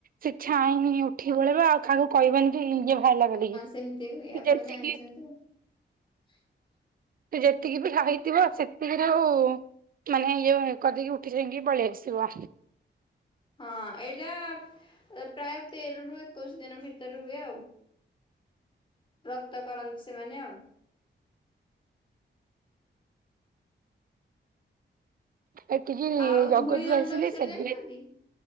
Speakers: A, on the right; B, on the left.
A: ସେ ଛାଉଁ କି ଉଠିକି ପଳେଇବ ଆଉ କାହାକୁ କହିବନି କି ଇଏ ବାହାରିଲା ବୋଲିକି।
B: ସେମତି ହୁଏ ଆପ୍
A: ସେତିକି
B: <inaudible>
A: ସେ ଯେତିକି ବି ଖାଇଥିବ ସେତିକିରୁ ମାନେ ଇଏ କରିଦେଇକି ଉଠି ଯାଇଁକି ପଳେଇଆସିବ।
B: ହଁ। ଏଇଟା ପ୍ରାୟ ତେରରୁ ଏକୋଇଶି ଦିନ ଭିତରେ ହୁଏ ଆଉ। ବ୍ରତ କରନ୍ତି ସେମାନେ ଆଉ।
A: ଏଠିକି
B: ଆଉ
A: ଜଗତପୁର୍
B: ଧୂଳି ଦଣ୍ଡ
A: ଆସିଲି,
B: ବିଷୟରେ ଜାଣିଛନ୍ତି?